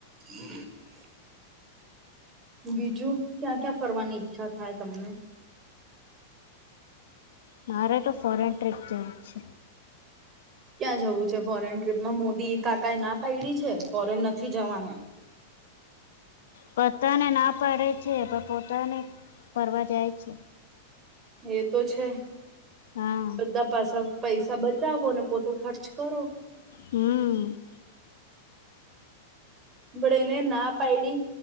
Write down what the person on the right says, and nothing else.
<inaudible> બીજું, ક્યાં ક્યાં ફરવાની ઈચ્છા થાય, તમને?
ક્યાં જવું છે ફોરેન ટ્રીપમાં? મોદી કાકાએય ના પાડી છે. ફોરેન નથી જવાનું.
એ તો છે.
<unintelligible> પૈસા બચાવો ને, પોતે ખર્ચ કરો.
પણ એણે ના પાયડી